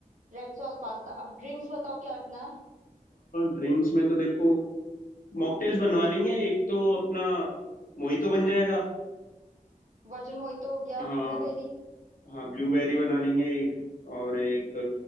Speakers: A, on the right; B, on the left.
A: Red sauce pasta अब ड्रिंक्स बताओ क्या रखना है
B: ड्रिंक्स में तो देखो मॉकटेल्स बनवा लेंगे एक तो अपना मोहितो बन जाएगा
A: वर्जिन मोहितो हो गया
B: हाँ
A: ब्लूबेरी
B: हाँ ब्लूबेरी बना लेंगे एक और एक